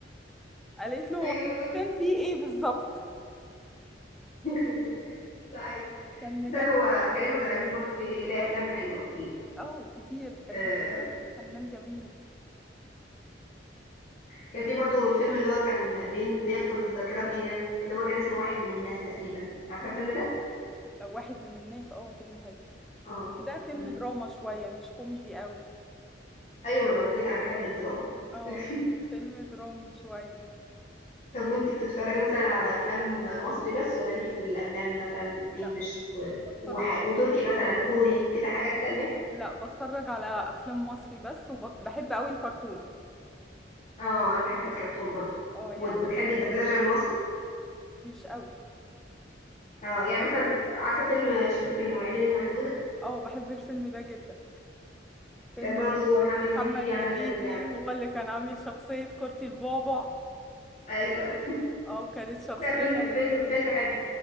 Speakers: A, in the centre; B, on the left.
A: قالت له هو
B: ايوه
A: الفستان
B: أنا
A: فيه ايه بالظبط
B: فاكرة. ده عيب.
A: كان مجنن
B: ده هو كريم عبد العزيز برضو ليه ليه افلام حلوه كتير
A: اه كتير كريم
B: آه
A: عبد العزيز فنان جميل
B: كان في برضو الفيلم اللي هو كان بين بيفقد الذاكره فيه ده اللي هو كان اسمه واحد من الناس تقريبا عارفه الفيلم ده
A: آه، واحد من الناس اه فيلم حلو
B: اه
A: ده فيلم
B: مم.
A: دراما شوية مش كوميدي قوي
B: ايوه ما انا قلت لك انا بحب الدراما
A: اه
B: <laughs>
A: فيلم درامي شوية
B: طب وانتي بتتفرجي مثلا على افلام مصري بس ولا ليكي في الاجنبي مثلا انجليش
A: لا
B: و...
A: بتفرج
B: وح...
A: على...
B: وتركي مثلا كوري كده حاجات تانية
A: لا بتفرج على أفلام مصري بس وبحب قوي الكرتون
B: اه انا بحب الكرتون برضو
A: اه يعني
B: وبتحبي الدبلجه المصري
A: مش قوي
B: اه يعني مثلا عارفه فيلم شركه المرعبين المحدوده
A: اه بحب الفيلم ده جدا فيلم
B: كان برضو
A: حلو.
B: محمد
A: محمد
B: هنيدي بيعمل
A: هنيدي
B: ال...
A: هو اللي كان عامل شخصية كورتي البابا
B: ايوه
A: اه كانت شخصية
B: لا فيلم فيلم
A: <laughs>
B: فيلم حلو